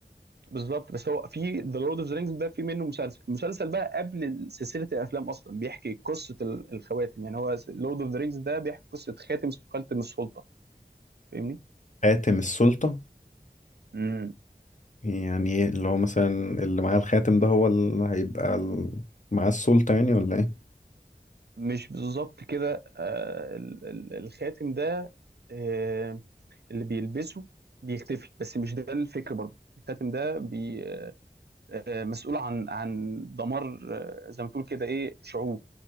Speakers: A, on the right; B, on the left.
A: بالظبط بس هو في ذا لورد اوف ذا رينجز ده في منه مسلسل المسلسل بقى قبل سلسله الافلام اصلا بيحكي قصه ال- الخواتم يعني هو لورد اوف ذا رينجز ده بيحكي قصه خاتم اسمه خاتم السلطه فاهمني
B: خاتم السلطة
A: امم
B: يعني إيه اللي هو مثلا اللي معاه الخاتم ده هو اللي هيبقى ال- معاه السلطة يعني ولا ايه
A: مش بالظبط كده آه ال- ال- الخاتم ده آه اللي بيلبسه بيختفي بس مش ده الفكر برضه الخاتم ده بي آه مسؤول عن عن دمار آه زي ما تقول كده ايه شعوب